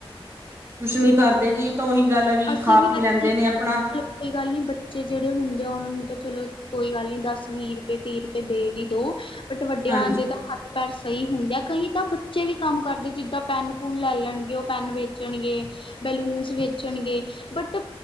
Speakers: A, on the right; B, on the left.
A: ਕੁਛ ਨੀ ਕਰਦੇ ਜੀ ਇਹ ਤਾਂ ਉਹੀ ਗੱਲ ਹੈ
B: ਅਸੀ
A: ਖਾ
B: ਵੀ
A: ਪੀ
B: ਅ
A: ਲੈਂਦੇ ਨੇ ਆਪਣਾ
B: ਕੋਈ ਗੱਲ ਨਹੀਂੀ ਬੱਚੇ ਜਿਹੜੇ ਹੁੰਦੇ ਆ ਉਹਨਾਂ ਨੂੰ ਤਾਂ ਚਲੋ ਕੋਈ ਗੱਲ ਨਹੀਂ ਦਸ ਵੀਹ ਰੁਪਏ ਤੀਹ ਰੁਪਏ ਦੇ ਵੀ ਦੋ ਬਟ ਵੱਡਿਆਂ
A: ਹਾਂਜੀ,
B: ਆ ਦੇ ਤਾਂ ਹ ਪੈਰ ਸਹੀ ਹੁੰਦੇ ਆ ਕਈ ਤਾਂ ਬੱਚੇ ਵੀ ਕੰਮ ਕਰਦੇ ਜਿੱਦਾਂ ਪੈੱਨ ਪੂਨ ਲੈ ਲੈਣਗੇ ਉਹ ਪੈੱਨ ਵੇਚਣਗੇ ਬੈਲੂਨਸ ਵੇਚਣਗੇ ਬਟ